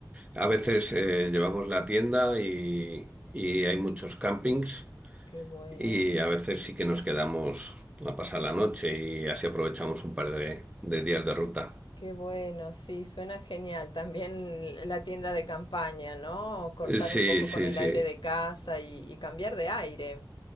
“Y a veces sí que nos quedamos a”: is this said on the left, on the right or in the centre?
Right